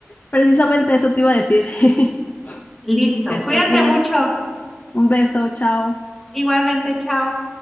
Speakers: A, on the left; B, in the centre.
A: precisamente eso te iba a decir. <laughs>
B: Listo,
A: Que estés
B: cuídate
A: bien.
B: mucho,
A: Un beso, chao.
B: igualmente, chao.